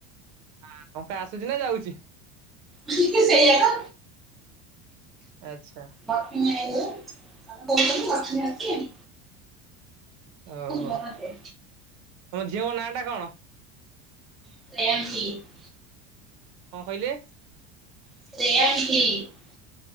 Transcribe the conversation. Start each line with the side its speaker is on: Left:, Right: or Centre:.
Right: ହଁ କଙ୍କା ଆସୁଛି ନା ଯାଉଛି
Centre: କିିକ ସେଇୟା
Right: ଆଚଛା
Centre: ଲାକ୍ସମି ଆଇଲେ ଆମେ କହୁଥିଲ ବା ଆ <unintelligible>
Right: ଓହୋ
Centre: ଭଲ ଦିଏ।
Right: ତମ ଝିଅଙ୍କ ନାଁ ଟା କଣ?
Centre: <unintelligible>
Right: କଣ କହିଲେ?
Centre: <unintelligible>